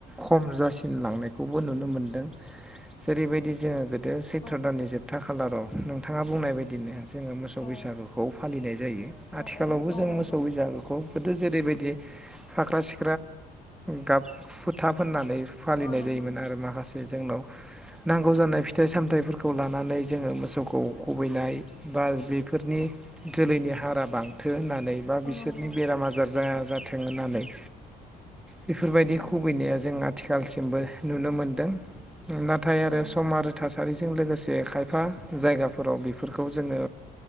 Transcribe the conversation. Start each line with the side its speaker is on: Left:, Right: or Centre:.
Centre: खम जासिनलांनायखौबो नुनो मोनदों जेरैबाय दि जोङो गोदो सैथ्र'
Left: औ
Centre: दाननि जोबथा खालाराव नों थाङा बुंनाय बायदिनो जोङो मोसौ
Left: औ
Centre: बैसागुखौ फालिनाय जायो
Left: औ
Centre: आथिखालावबो
Left: औ औ
Centre: जों
Left: नंगौ
Centre: मोसौ बैसागुखौ गोदो जेरैबायदि फाख्रा सि गाब फुथा फोननानै फालिनाय
Left: औ नंगौ
Centre: जायोमोन
Left: नंगौ
Centre: आरो माखासे जोंनाव नांगौ जानाय फिथाइ सामथायाइफोरखौ लानानै जोङो मोसौखौ खुबैनाय बा बैफोरनि जोलैनि हारा बांथो होनना नैबा
Left: औ
Centre: बिसोरनि
Left: नंगौ
Centre: बेराम आजार जाया जाथों होननानै बेफोरबायदि
Left: औ
Centre: खुबैनाया जों आ खालसिमबो नुनो मोन दों नाथाय आरो
Left: औ
Centre: सम आरो थासा हारिजों लोगोसे खायफा जायगाफोराव बिफोरखौ जोङो